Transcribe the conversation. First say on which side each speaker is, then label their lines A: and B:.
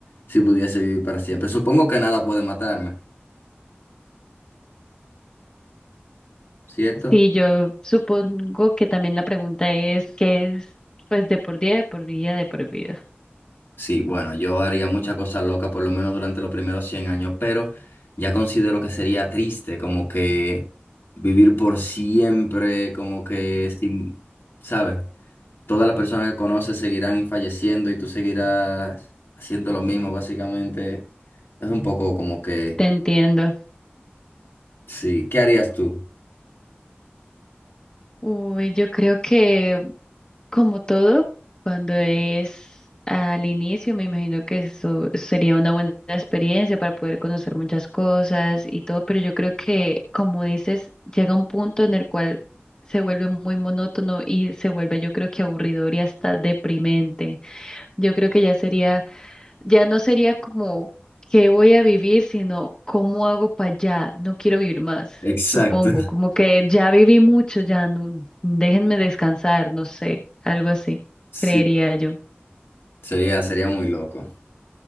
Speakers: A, on the left (about 70°); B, on the left (about 20°).
A: si pudiese vivir para siempre. Supongo que nada puede matarme, ¿cierto?
B: Sí, yo supongo que también la pregunta es, ¿qué es pues de por día, de por vida, de por vida?
A: Sí, bueno, yo haría muchas cosas locas por lo menos durante los primeros 100 años, pero ya considero que sería triste como que vivir por siempre, como que sin, ¿sabes? todas las personas que conoces seguirán falleciendo y tú seguirás haciendo lo mismo, básicamente. Es un poco como que,
B: Te entiendo.
A: sí, ¿qué harías tú?
B: Uy, yo creo que Como todo, cuando es al inicio, me imagino que eso sería una buena experiencia para poder conocer muchas cosas y todo, pero yo creo que, como dices, llega un punto en el cual se vuelve muy monótono y se vuelve, yo creo que aburridor y hasta deprimente. Yo creo que ya sería ya no sería como qué voy a vivir, sino cómo hago para allá. No quiero vivir más,
A: Exacto,
B: supongo. Como que ya viví mucho, ya no, déjenme descansar, no sé, algo así,
A: sí.
B: creería yo.
A: Sería, sería muy loco.